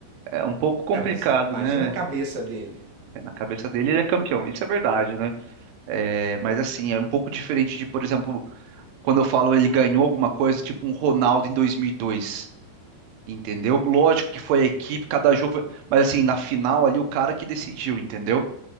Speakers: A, on the right (about 80°); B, on the right (about 70°).
A: É um pouco complicado,
B: É, mas imagina
A: né?
B: a cabeça dele.
A: É, Na cabeça dele, ele é campeão, isso é verdade, né? É, mas assim, é um pouco diferente de, por exemplo, quando eu falo ele ganhou alguma coisa, tipo um Ronaldo em 2002, entendeu? Lógico que foi a equipe, cada jogo, mas assim, na final ali, o cara que decidiu, entendeu?